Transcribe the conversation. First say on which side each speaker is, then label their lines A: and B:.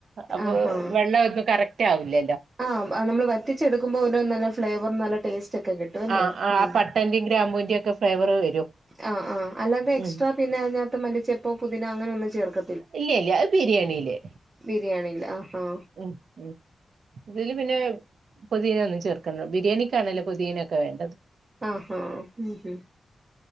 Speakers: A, on the right; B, on the right.
A: അപ്പൊ
B: ആഹാ
A: വെള്ള ഒന്നും കറക്റ്റ് ആവൂല്ലല്ലോ
B: ആ നമ്മള് വറ്റിച്ചെടുക്കുമ്പോൾ ഒരു നല്ല ഫ്ലേവറും നല്ല ടേസ്റ്റ് ഒക്കെ കിട്ടും അല്ലേ
A: ആ ആ
B: ഉം
A: പട്ടന്റെയും ഗ്രാമ്പൂവിന്റെ ഒക്കെ ഫ്ലേവർ വരും
B: ആ ആഹ് അല്ലാതെ എക്സ്ട്രാ
A: ഉം
B: പിന്നെ അതിനകത്ത് മലിച്ചെപ്പോ പുതിന അങ്ങനെ ഒന്നും ചേർക്ക
A: ഇല്ല ഇല്ല അഹ് ബിരിയാണില്
B: ബിരിയാണിയില് ആ ഹാ
A: ഉം ഉം ഇതില് പിന്നെ പൊതീന ഒന്നും ചേർക്കണ്ടാ ബിരിയാണിക്കാണല്ലോ പോതീനൊക്കെ വേണ്ടത്
B: ആഹ് ഹാ ഉം ഉം